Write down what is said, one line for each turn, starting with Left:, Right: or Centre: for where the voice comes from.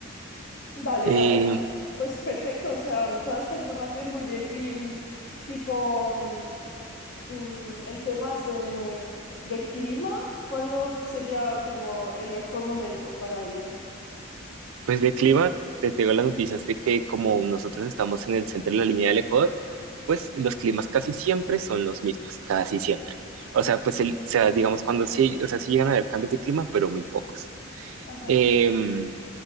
Left: Vale,
Right: Eh,
Left: vale. Pues perfecto, o sea, mm, toda esta información muy bien. Y mm, tipo, mm, mm, en temas de, de clima, ¿cuándo sería como el mejor momento para ir?
Right: Pues de clima, te tengo las noticias de que como nosotros estamos en el centro de la línea del Ecuador, pues los climas casi siempre son los mismos, casi siempre. O sea, pues el, o sea, digamos cuando sí, o sea, sí llegan a haber cambios de clima, pero muy pocos.
Left: Ajá.
Right: Em,